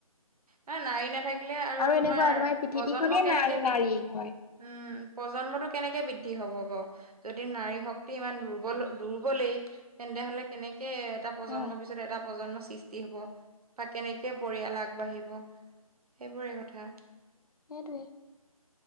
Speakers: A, on the right; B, on the left.
A: এ নাৰী নাথা আৰু তোমাৰ
B: এনেকুৱা পৃথিৱীখনেই
A: প্ৰজন্ম কেনেকে
B: না
A: বৃদ্ধি,
B: নাৰী হয়
A: উম প্ৰজন্মটো কেনেকে বৃদ্ধি হ'ব বাৰু যদি নাৰী শক্তি ইমান দুৰ্বল,
B: উম,
A: দুৰ্বলেই তেন্তে হ'লে কেনেকে কে এটা প্ৰজন্মৰ
B: অ
A: পিছত এটা প্ৰজন্মৰ সৃষ্টি হ'ব, বা কেনেকে পৰিয়াল আগবাঢ়িব। ব। সেইবোৰে কথা।
B: সেইটোৱে।